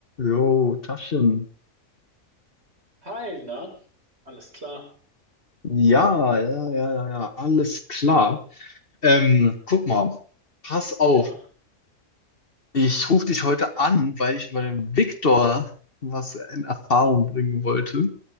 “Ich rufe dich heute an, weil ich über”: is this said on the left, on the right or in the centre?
Left